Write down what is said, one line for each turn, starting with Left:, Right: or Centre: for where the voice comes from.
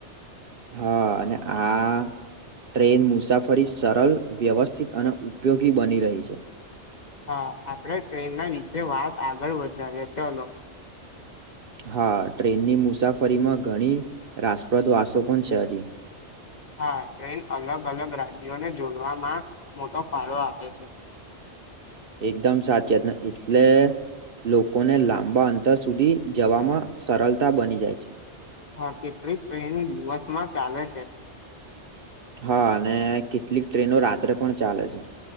Right: હા અને આ ટ્રેન મુસાફરી સરળ વ્યવસ્થિત અને ઉપયોગી બની રહી છે.
Left: હા આપણે ટ્રેનના વિશે વાત આગળ વધારીએ ચલો
Right: હા ટ્રેનની મુસાફરીમાં ઘણી રાસપ્રદ વાસો પણ છે હજી
Left: હા ટ્રેન અલગ અલગ રાજ્યોને જોડવામાં મોટો ફાળો આપે છે.
Right: એકદમ સાચી વાત ન એટલે લોકોને લાંબા અંતર સુધી જવામાં સરળતા બની જાય છે.
Left: હા કેટલીક ટ્રેન દિવસમાં ચાલે છે.
Right: હા અને કેટલીક ટ્રેનો રાત્રે પણ ચાલે છે.